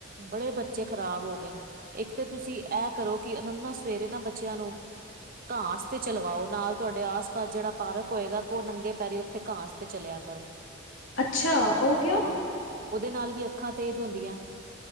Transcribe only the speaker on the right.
ਬੜੇ ਬੱਚੇ ਖ਼ਰਾਬ ਹੋ ਗਏ, ਨੇ ਇੱਕ ਤਾਂ ਤੁਸੀਂ ਇਹ ਕਰੋ ਕਿ ਉਹਨਾਂ ਨੂੰ ਨਾ ਸਵੇਰੇ ਨਾ ਬੱਚਿਆਂ ਨੂੰ। ਘਾਸ ਤੇ ਚਲਵਾਓ ਨਾਲ ਤੁਹਾਡੇ ਆਸ ਪਾਸ। ਬਸ ਜਿਹੜਾ ਪਾਰਕ ਹੋਏਗਾ, ਕਹੋ ਉਹ ਨੰਗੇ ਪੈਰੀ ਉੱਥੇ ਘਾਸ ਤੇ ਚਲਿਆ ਕਰੋ।
ਹਾਂ ਉਹਦੇ ਨਾਲ ਵੀ ਅੱਖਾਂ ਤੇਜ਼ ਹੁੰਦੀਆਂ।